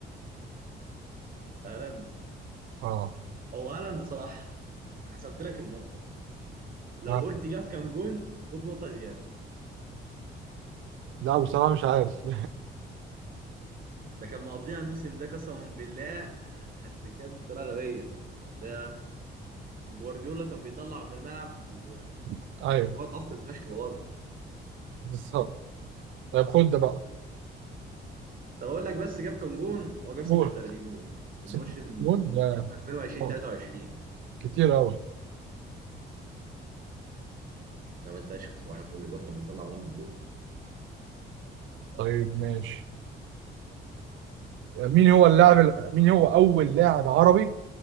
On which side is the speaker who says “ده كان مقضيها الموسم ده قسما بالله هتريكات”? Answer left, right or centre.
Right